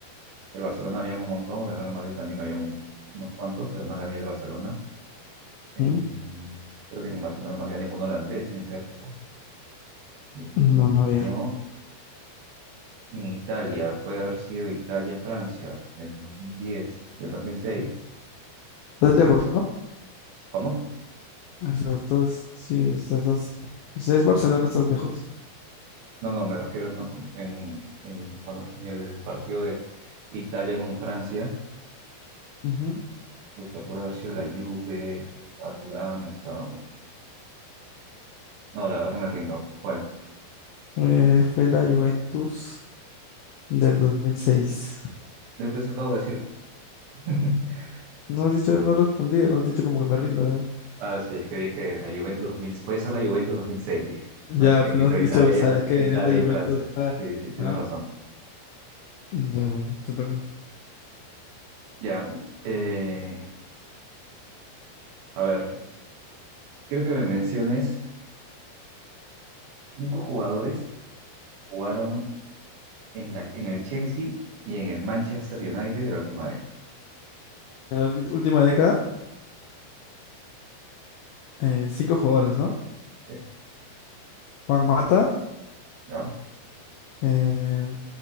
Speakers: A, on the right (about 70°); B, on the left (about 85°).
A: el Barcelona había un montón, de Real Madrid también había un- unos cuantos, pero más había el Barcelona. En-
B: ujú.
A: creo que en Barcelona no había ningún holandés en esa época. Yo
B: No,
A: Creo que
B: no
A: no.
B: había.
A: En Italia, puede haber sido Italia-Francia, el dos mil diez el dos mil seis
B: Estás lejos, ¿no?
A: ¿Cómo?
B: O sea, estás, sí, o sea, estás, o sea, es Barcelona, estás lejos.
A: No, no, me refiero no, en, en, cuando- en el partido de Italia con Francia.
B: Ujú.
A: Pucha, puede haber sido la Juve, estaba estaba- No, la verdad que me rindo. ¿Cuál?
B: Eh, fue la Juventus del dos mil seis
A: Del peso acabo de decir. <laughs>
B: No has dicho, no has respondido, has dicho como que me rindo. Ya,
A: Ah, sí, es que dije la Juventus dos mil. puede ser la Juventus 2006, dije,
B: Ya,
A: ¿no? En-
B: pero
A: Entre
B: no has dicho,
A: Italia
B: ¿sabes
A: y, Al-
B: qué?
A: Italia
B: Es la Juventus
A: y Francia.
B: tal.
A: Sí, sí, tienes
B: ¿Ah?
A: razón.
B: Ya, bueno, te toca.
A: Ya, eh, a ver, quiero que me menciones cinco jugadores que jugaron en, la- en el Chelsea y en el Manchester United de la última
B: En la ulti- última década, eh, cinco jugadores, ¿no?
A: Eh,
B: Juan Mata,
A: Ya,
B: eh,